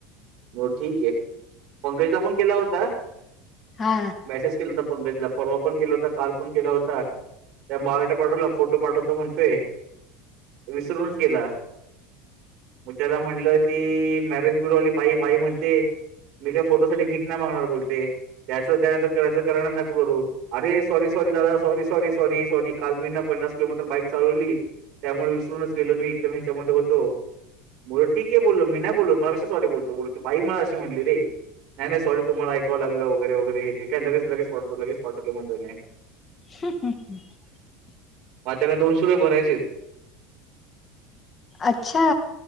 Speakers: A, on the right; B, on the left.
A: म ठीक आहे पंकजला पण केला होता
B: हा
A: मेसेज केलं तर पणे परवा पण केलता काल पण केला होता त्या मागट पाठवला फोटो पाठवतो म्हणतोय विसरूनच गेला मग त्याला म्हणलं ती मॅरेज ब्युरो वाली बाई बाई म्हणते मी त्या फोटोसाठीठी भी नाही मागणार बोलते ते द्याच द करायचं करण न करू अरे सॉरी सॉरी दादा सॉरी सॉरी सॉरी सॉरी काल मीना पन्नास किलोमीटर बाईक चालवली त्यामुळे विसरूनच गेलो मी एकदम ह्याच्यामध्ये होतो बोल ठीक आहे बोलो मी ना बोल मलाा सॉरी बोलतो बोल ती बाई मला अशी म्हणली रे नाही सॉरी तुम्हालाऐव लागलं वगैरे काय लगे लगेच पाठवत म्हणते मी
B: ह् ह ह <unintelligible>
A: मग त्याना दोनशे रुये भरायचे
B: अच्छा